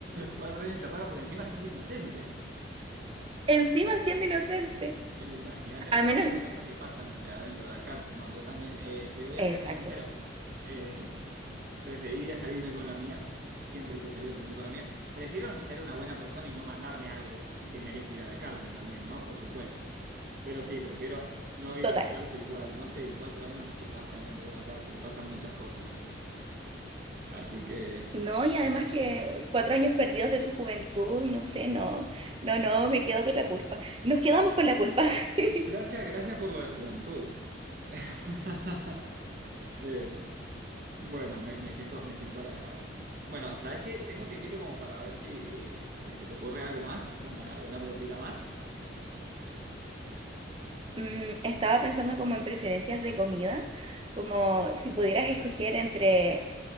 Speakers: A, on the right; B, on the right.
A: cuatro años encerrada por encima siendo inocente?
B: Encima siendo inocente.
A: Imagínate
B: A
A: la cantidad
B: menos,
A: de cosas que pasan adentro de la cárcel. No, yo también, eh, te voy
B: Exacto,
A: a ser muy sincero, eh, preferiría salirme con la mía, siempre he preferido salirme con la mía. Prefiero ser una buena persona y no mandarme algo que merezca ir a la cárcel también, ¿no? Por supuesto. Pero sí, prefiero no ir
B: total.
A: a la cárcel igual. No sé en cuatro años qué pasa dentro de una cárcel, pasan muchas cosas. Así que,
B: No, y además que cuatro años perdidos de tu juventud, no sé, no, no, no, me quedo con la culpa. Nos quedamos con la culpa. <laughs>
A: gracias, gracias por lo de juventud. <laughs> Eh, Bueno, me, me siento, me siento halagado. Bueno, ¿sabes qué? Tengo tiempito como para ver si, si se te ocurre algo más, una, alguna preguntita más.
B: Mm, estaba pensando como en preferencias de comida, como si pudieras escoger entre,